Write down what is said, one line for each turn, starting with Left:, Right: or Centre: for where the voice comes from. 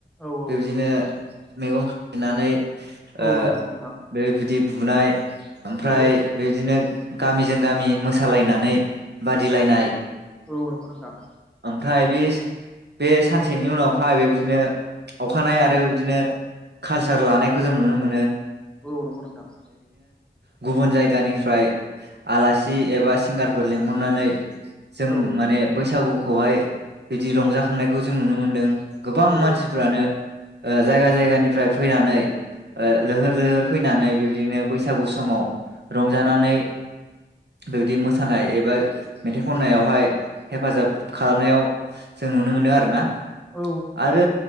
Centre: औ औ
Right: बिबदिनो मैगं खायनानै
Centre: औ
Right: ओ
Centre: नंगौ नंगौ नोंथां
Right: बेबिदि बुनाय ओमफ्राय
Centre: औ
Right: बेदिनो गामिजों गामि मोस सालायनानै बादिलायनाय
Centre: औ नोंथां।
Right: ओमफ्राय बे बे सानसेनि उनावहाय बेबायदिनो अखानाय आरो बे बिदिनो कालसार लानायखौ जों नुनो माने
Centre: औ नंगौ नोंथां।
Right: गुबुन जायगानिफ्राय आलासि एबा सिंगारफोर लिंहरनानै जों
Centre: औ
Right: माने बैसागु खौहाय बिदि रंजाखांनायखौ जों नुनो मोन्दों। गोबां
Centre: औ
Right: मानसिफ्रानो जायगा जायगानिफ्राय फैनानै लैहोर लैहोर फैनानै बेबायदिनो बैसागु समाव रंजानानै बेबायदि मोसानाय एबा मेथाइ खननायावहाय हेफाजाब खालामनायाव जों नुनो मोनदों आर ना?
Centre: औ
Right: आरो